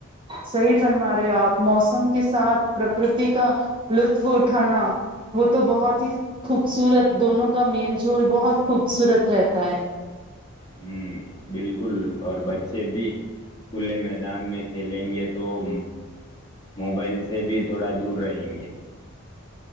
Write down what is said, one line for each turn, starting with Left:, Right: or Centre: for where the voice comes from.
Right: صحیح فرما رہے ہو آپ موسم کے ساتھ پرکرتی کا لطف اٹھانا وہ تو بہت ہی خوبصورت دونوں کا میل جوول بہت خوبصورت رہتا ہے
Left: ہوں بالکل اور بچے بھی کھلے میدان میں کھیلیں گے توو موبائل سے بھی تھوڑا دور رہیں گے